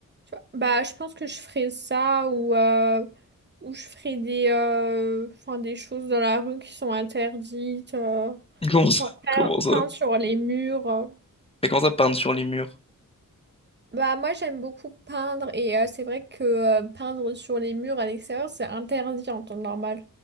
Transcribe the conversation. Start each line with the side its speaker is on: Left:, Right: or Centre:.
Right: Tu vois. Bah, je pense que je ferais ça ou, euh, ou je ferais des, euh, enfin, des choses dans la rue qui sont interdites. euh,
Left: Comment ça?
Right: genre pein-
Left: Comment ça?
Right: peindre sur les murs. euh.
Left: Mais comment ça, peindre sur les murs?
Right: Bah, moi, j'aime beaucoup peindre et euh, c'est vrai que euh, peindre sur les murs à l'extérieur, c'est interdit en temps normal.